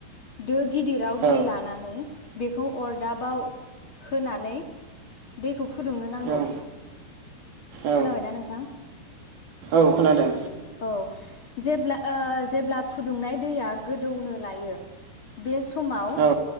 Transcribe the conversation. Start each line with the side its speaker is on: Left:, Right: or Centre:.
Left: दो गिदिराव
Right: औ
Left: दै लानानै बेखौ अरदाबाव होनानै खौ फुदुंनो नांगौ
Right: औ औ
Left: खोनाबायना नोंथां
Right: औ खोनादों
Left: औ जे फुदुंनाय दैया गोदौनो लायो बे समाव
Right: औ